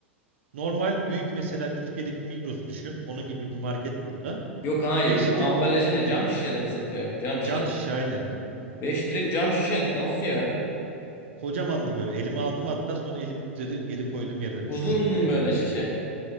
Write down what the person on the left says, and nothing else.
Yok hayır.
Ambalajı ne? Cam şişede mi satıyor? Cam
şişede.
beş litrelik cam şişe nasıl ya?
Uzun
böyle şişe.